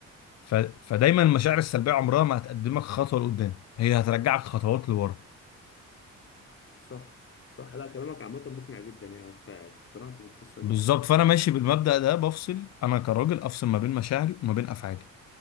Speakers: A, on the left (about 60°); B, on the left (about 45°).
A: ف... فدايما المشاعر السلبيه عمرها ما هتقدمك خطوه لقدام هي هترجعك خطوات لورا
B: صح صح لا كلامك عامه مقنع جدا يعني اقتنعت بالقصه
A: بالظبط
B: دي
A: فانا ماشي بالمبدأ ده بفصل انا كراجل افصل ما بين مشاعري وما بين افعالي